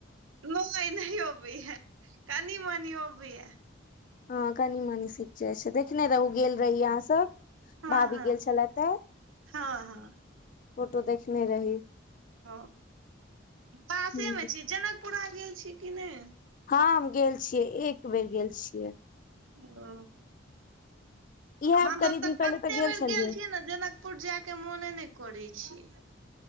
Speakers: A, on the right (about 85°); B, on the left (about 40°).
A: नहि नहि ओबै या कनी मनी ओबै या।
B: ह कनि मनसी। चा अच्छा देखने रहु
A: हूँ
B: गेल रही अहाँ सब
A: हँ
B: भावी
A: हँ
B: गेल छलै थै।
A: हँ हँ
B: फोटो देखने रही।
A: ह पासे
B: ह
A: मे छी जनकपुरा अहा गेल छी कि नहि।
B: हँ हम गेल छियै एक बेर गेल छियै।
A: ओ
B: इएह
A: हमस
B: कनि
A: तऽ
B: दिन पहिले
A: कते बेर
B: छलियै
A: गेल छीयै न। जनकपुर जाय के मोने ने करै छे।